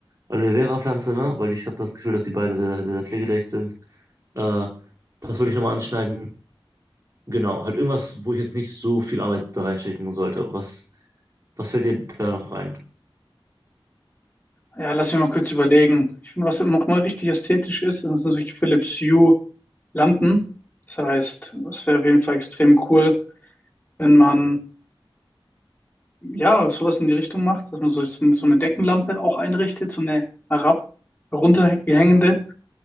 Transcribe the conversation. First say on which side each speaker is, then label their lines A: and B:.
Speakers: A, on the right; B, on the left.
A: Aloe Vera-Pflanze, ne? Weil ich habe das Gefühl, dass die beide sehr, sehr, sehr sehr pflegeleicht sind. Äh, das wollte ich nochmal anschneiden. Genau, halt irgendwas, wo ich jetzt nicht so viel Arbeit da reinstecken sollte. Was, was fällt dir da noch ein?
B: Ja, lass mich mal kurz überlegen. Ich finde, was nochmal richtig ästhetisch ist, das sind solche Philips Hue Lampen. Das heißt, es wäre auf jeden Fall extrem cool, wenn man ja sowas in die Richtung macht, dass man so, so eine Deckenlampe auch einrichtet, so eine herab, runterhängende.